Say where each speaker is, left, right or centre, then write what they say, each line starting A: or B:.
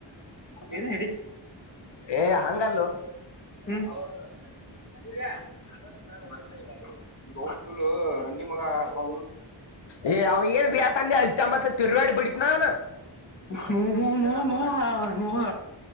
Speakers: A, on the left; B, on the left.
A: ಏನೇ ಹಿಡಿ
B: ಏ ಹಂಗಲ್ಲ
A: <unintelligible> ರಂಡೀ ಮಗ ಬಾ
B: ಏ್ ಅವ ಏನ್ ಯತಂಗ ಅಲ್ತಮ್ಮತ್ ತಿರ್ಾ ಬಿಡತ್ ನ ಅವ್ನ
A: ಮ ಮ ಹಾ ಮ ಹಾ